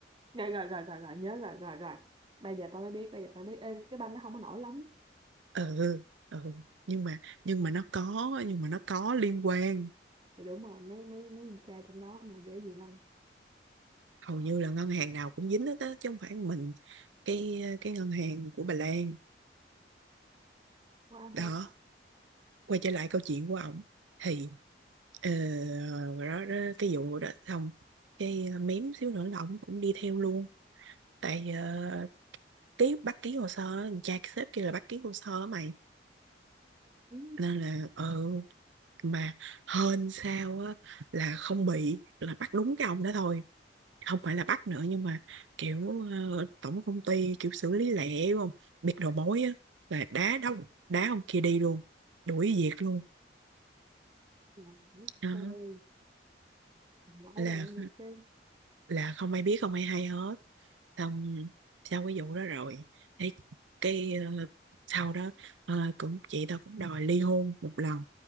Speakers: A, on the right (about 25°); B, on the right (about 85°).
A: Rồi rồi rồi rồi rồi nhớ rồi rồi rồi. Bây giờ tao mới biết, bây giờ tao biết Ê, cái banh nó không có nổi lắm.
B: ừ ừ nhưng mà nhưng mà nó có nhưng mà nó có liên quan
A: Thì đúng rồi, mấy mấy mấy con trai trong đó mà dễ gì không.
B: hầu như là ngân hàng nào cũng dính hết á chứ không phải mình cái cái ngân hàng của Bà Lan
A: Quá
B: đó
A: hợp.
B: quay trở lại câu chuyện của ổng thì ờ, rồi đó, đó cái vụ đó xong cái ờ, mém xíu nữa là ổng cũng đi theo luôn tại ờ, ký bắt ký hồ sơ á, cha cái sếp kia là bắt ký hồ sơ á mày
A: Ừ.
B: nên là ừ mà hên sao á là không bị là bắt đúng cái ông đó thôi không phải là bắt nữa nhưng mà kiểu ờ, tổng công ty kiểu xử lý lẹ đúng không biết đầu mối á là đá đóng đá ông kia đi luôn đuổi việc luôn
A: Làm
B: đó
A: trời, nói
B: là
A: đàn được cái
B: là không ai biết không ai hay hết xong sau cái vụ đó rồi cái, cái ờ, sau đó ờ, cũng chị tao cũng đòi ly hôn một lần